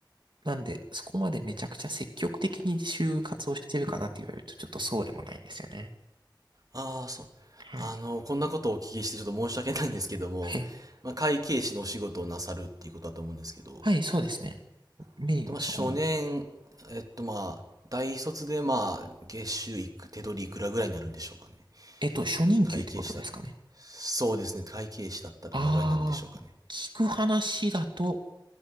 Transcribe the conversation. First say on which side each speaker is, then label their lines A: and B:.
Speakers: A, on the right; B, on the right.
A: なんで、そこまでめちゃくちゃ積極的に就活をしてるかなって言われると、ちょっとそうでもないんですよね。
B: ああ、そう。
A: はい。
B: あの、こんなことをお聞きしてちょっと申し訳ないんですけども、
A: え、
B: まあ、会計士のお仕事をなさるっていうことだと思うんですけど、
A: はい、そうですね。メインはそこになると。
B: えっと、まあ、初年、えっと、まあ、大卒で、まあ、月収いく、手取りいくらぐらいになるんでしょうかね。
A: えっと、初任給ってことですかね。
B: 会計士だ、そうですね。会計士だったらどのぐらいになるんでしょうかね。
A: あー、聞く話だと